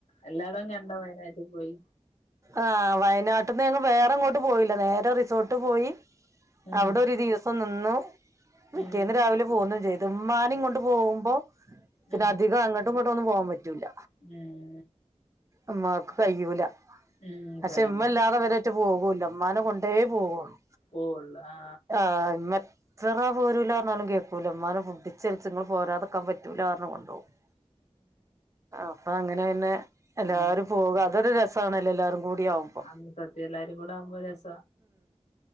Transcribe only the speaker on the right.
ആഹ വയനാട്ടന്ന് ഞങ്ങൾ വേറെ എങ്ങോട്ട് പോയില്ല നേരെ റിസോർട്ട് പോയി
അവിടെ ഒരു ദിവസം നിന്നു പിറ്റേന്ന്
രാവിലെ പോന്നു ചെയ്തു ഉമ്മാനെയും കൊണ്ടുപോകുമ്പോൾ
അധികം അങ്ങോട്ടും ഇങ്ങോട്ടും ഒന്നും പോകാൻ പറ്റൂല
ഉമ്മക്ക് കഴിയൂല
പക്ഷെ ഉമ്മ ഇല്ലാതെ വരെ പോകൂല ഉമ്മാനെ കൊണ്ടേ പോകുള്ളൂ
ആഹ് ഇമ്മ. എത്ര പോരൂല പറഞ്ഞാലും കേൾക്കൂല ഉമ്മാനെ പിടിച്ച് വലിച്ച് ങ്ങള് പോരാതൊക്കെ പറ്റൂലാ പറഞ്ഞുകൊണ്ടോ പറഞ്ഞു കൊണ്ടോവും അപ്പൊ അങ്ങനെ പിന്നെ എല്ലാവരും
പോകും അതൊരു രസ രസആണല്ലോ എല്ലാരും കൂടി ആവുമ്പോ